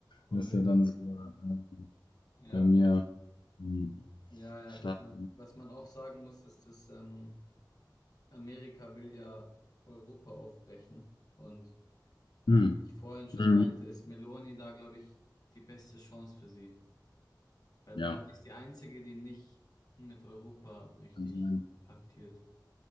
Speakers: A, on the left; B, on the left.
A: voll.
B: was ja dann
A: Ich,
B: so äh,
A: ja,
B: bei mir hm,
A: ja, ja.
B: stark.
A: Ich mein, was man auch sagen muss, ist, dass ähm, Amerika will ja Europa aufbrechen. Und
B: Hm.
A: wie ich vorhin schon
B: Mhm.
A: meinte, ist Meloni da, glaube ich, die beste Chance für sie. Weil
B: Ja,
A: Meloni ist die einzige, die nicht mit Europa richtig
B: kann sein.
A: paktiert.